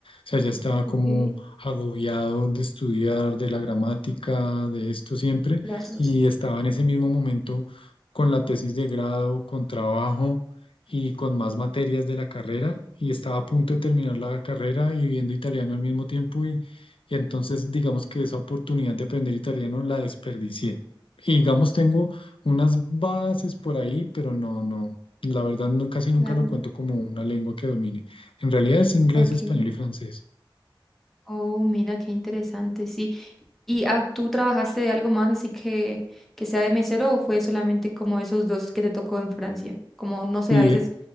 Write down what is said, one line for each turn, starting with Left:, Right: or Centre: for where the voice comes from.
Left: O sea, ya estaba
Centre: ok.
Left: como agobiado de estudiar, de la gramática, de esto siempre,
Centre: Claro.
Left: y estaba en ese mismo momento con la tesis de grado, con trabajo y con más materias de la carrera, y estaba a punto de terminar la carrera y viendo italiano al mismo tiempo y entonces, digamos que esa oportunidad de aprender italiano la desperdicié. Y digamos, tengo unas bases por ahí, pero no, no, la verdad no, casi nunca
Centre: Claro,
Left: lo cuento como una lengua que domine. En realidad es inglés,
Centre: ok.
Left: español y francés.
Centre: Oh, mira, qué interesante, sí. ¿Y ah, tú trabajaste de algo más así que, que sea de mesero o fue solamente como esos dos que te tocó en Francia? Como, no sé,
Left: Sí,
Centre: a veces